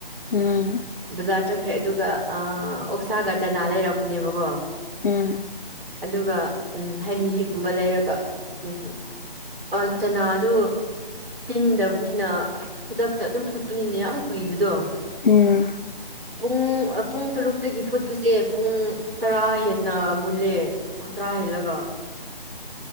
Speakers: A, on the left; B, on the right.
A: ꯎꯝ
B: ꯕꯖꯥꯔ ꯆꯠꯈ꯭ꯔꯦ ꯑꯗꯨꯒ ꯑꯥ ꯑꯣꯛꯁꯥꯒ ꯆꯅꯥ ꯂꯩꯔꯛꯄꯅꯦꯕꯀꯣ
A: ꯎꯝ
B: ꯑꯗꯨꯒ ꯎꯝ ꯍꯩ ꯃꯥꯍꯤꯒꯨꯝꯕ ꯂꯩꯔꯒ ꯎꯝ ꯑꯥ ꯆꯅꯥꯗꯨ ꯇꯤꯡꯗꯕꯅꯤꯅ ꯈꯨꯗꯛꯇ ꯑꯗꯨꯝ ꯐꯨꯠꯄꯅꯤꯅ ꯌꯥꯝ ꯀꯨꯏꯕꯗꯣ
A: ꯎꯝ
B: ꯄꯨꯡ ꯄꯨꯡ ꯇꯔꯨꯛꯇꯒꯤ ꯐꯨꯠꯄꯁꯦ ꯄꯨꯡ ꯇꯔꯥ ꯍꯦꯟꯅ ꯃꯨꯜꯂꯦ ꯑꫭ ꯇꯔꯥ ꯍꯦꯜꯂꯒ